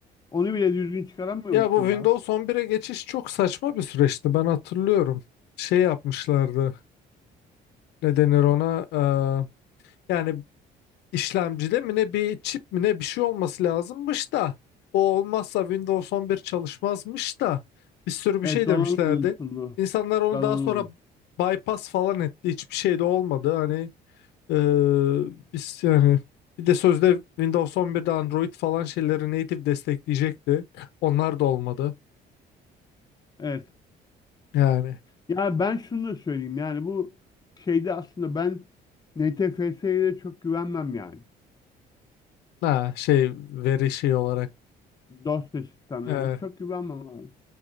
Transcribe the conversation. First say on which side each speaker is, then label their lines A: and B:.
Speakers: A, on the left (about 25°); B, on the left (about 80°).
A: Onu bile düzgün çıkaramıyor
B: Ya
A: musun
B: bu
A: ya?
B: Windows 11'e geçiş çok saçma bir süreçti. Ben hatırlıyorum. Şey yapmışlardı. Ne denir ona? Ee, yani işlemcide mi ne bir çip mi ne bir şey olması lazımmış da o olmazsa Windows 11 çalışmazmış da bir sürü bir
A: Evet,
B: şey
A: donanım
B: demişlerdi.
A: uyumsuzluğu.
B: İnsanlar onu
A: Donanım.
B: daha sonra
A: uyum-
B: bypass falan etti. Hiçbir şey de olmadı. Hani ee, biz yani bir de sözde Windows 11'de Android falan şeyleri native destekleyecekti. Onlar da olmadı.
A: Evet.
B: Yani.
A: Ya ben şunu da söyleyeyim. Yani bu şeyde aslında ben NTFS'ye de çok güvenmem yani.
B: Ha, şey veri şey olarak.
A: Dosya sistemlerine
B: Ee,
A: çok güvenmem abi.